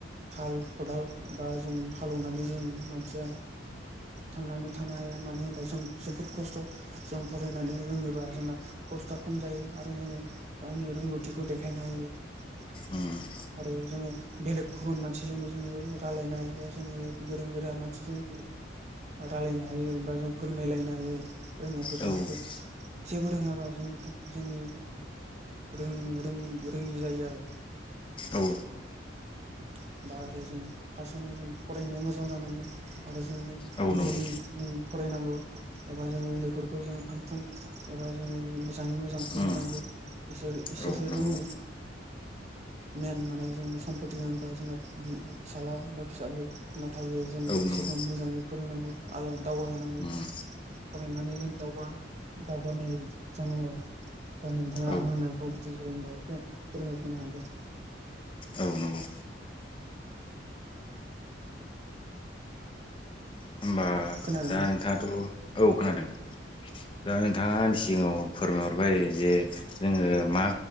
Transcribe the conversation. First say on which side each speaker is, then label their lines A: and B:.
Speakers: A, on the right (about 35°); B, on the left (about 25°).
A: हाल खदाल बा जों हालेवनानै जों मानसिया थांनानै थानो हाया मानो होनबा जों जोबोद खस्थ' जों फरायनानै रोङोबा जोंना खस्थ'आ खम जायो आरो जोङो गावनि रोंगौथिखौ देखायनो हायो। <inaudible>
B: उम
A: आरो जोङो बेलेग गुबुन मानसिजोंबो जोङो रायलायनाय बा जोङो गोरों गोरा मानसिजों रायज्लायनो हायो बा जों फोरमायलायनो हायो <unintelligible>
B: औ
A: जेबो रोङाबा जोंनि जोंनि रों रों रोङि जायो आरो
B: औ।
A: <inaudible> दा आरो जों फार्स्टावनो जों फरायनाया मोजां जानांगोन आरो जोङो
B: औ नंगौ
A: दैलि फरायनांगौ एबा जों उन्दैफोरखौ जों फानफुं एबा जोङो मोजाङै मोजां फोरोंनांगौ
B: उम
A: इसोर इसोरसो
B: औ नंगौ
A: जोंनि मेन माने जोंनि सम्पति बा जोंना फिसाला बा फिसनाव थायो जों
B: औ
A: इसोरखौ
B: नंगौ
A: मोजाङै फोरोंनांगौ आरो दावगाहोनांगौ
B: उम
A: फरायनानै जों दावगा दावगानाय जानांगौ आरो। दा नोंथाङा
B: औ
A: आं होननायखौ बुजिदोंबा एसे फोरमायफिननो हागोन।
B: औ नंगौ। होमबा
A: खोनादोंना
B: दा नोंथाङाथ' औ खोनादों। दा नोंथाङा आंनि सिगाङाव फोरमायहरबाय जे जोङो मा